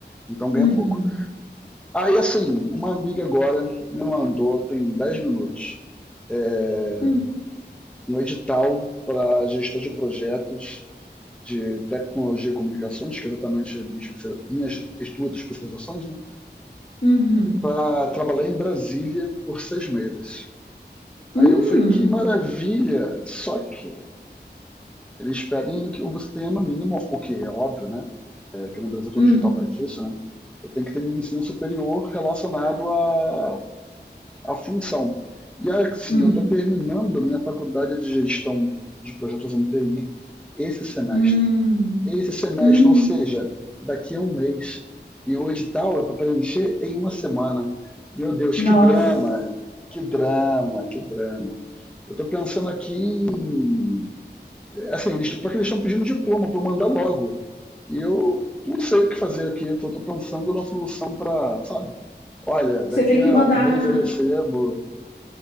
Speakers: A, in the centre; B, on the left (about 45°).
A: então ganho
B: Uhum.
A: pouco. Aí, assim, uma amiga agora me mandou, tem 10 minutos, é,
B: Uhum.
A: um edital para gestor de projetos de tecnologia e comunicações, que é exatamente minhas duas especializações, né?
B: Uhum.
A: para trabalhar em Brasília por seis meses.
B: Hum,
A: Aí eu falei, que maravilha! Só que eles pedem que você tenha no mínimo, o que é óbvio, né? É, que no Brasil é todo
B: hum,
A: digital para disso, né? Você tem que ter um ensino superior relacionado à, à função. E assim,
B: hum,
A: eu estou terminando minha faculdade de gestão de projetos em TI esse semestre.
B: hum,
A: esse semestre,
B: hum.
A: ou seja, daqui a um mês. E o edital é para preencher em uma semana. Meu Deus,
B: Nossa.
A: que drama! Que drama, que drama. Eu estou pensando aqui em. Assim, eles, porque eles estão pedindo diploma para eu mandar logo. E eu não sei o que fazer aqui. Eu estou pensando numa solução para, sabe? Olha, daqui
B: Você tem que
A: a
B: mandar,
A: um mês eu recebo.